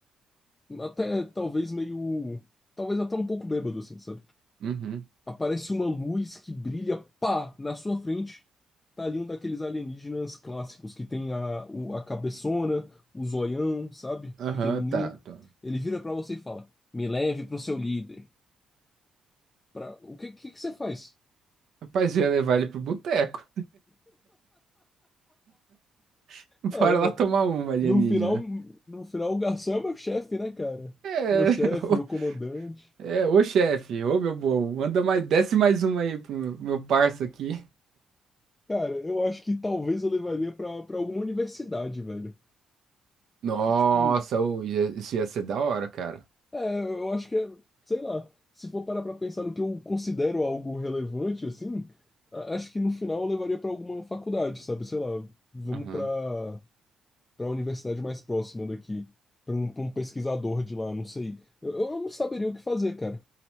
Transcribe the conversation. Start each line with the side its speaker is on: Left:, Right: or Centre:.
Left: até talvez meio. Talvez até um pouco bêbado, assim, sabe?
Right: Uhum.
Left: aparece uma luz que brilha, pá, na sua frente. Tá ali um daqueles alienígenas clássicos que tem a, o- a cabeçona, o zoião, sabe?
Right: Aham,
Left: Pequenininho.
Right: tá, tá.
Left: Ele vira pra você e fala: Me leve pro seu líder. Pra... O que, que, que você faz?
Right: Rapaz, eu ia levar ele pro boteco. <laughs> Bora
Left: É,
Right: lá tomar uma, alienígena.
Left: no final, no final, o garçom é meu chefe, né, cara?
Right: É,
Left: Meu chefe,
Right: <laughs> ô,
Left: meu comandante.
Right: é, ô chefe, ô meu bom, manda mais, desce mais uma aí pro meu, meu parça aqui.
Left: Cara, eu acho que talvez eu levaria pra, pra alguma universidade, velho.
Right: Nossa,
Left: Tipo,
Right: ô, ia- isso ia ser da hora, cara.
Left: É, eu eu acho que é, sei lá, se for parar pra pensar no que eu considero algo relevante, assim, a- acho que no final eu levaria pra alguma faculdade, sabe? Sei lá, vamos
Right: Aham.
Left: pra para universidade mais próxima daqui, pra um, pra um pesquisador de lá, não sei. Eu, eu não saberia o que fazer, cara.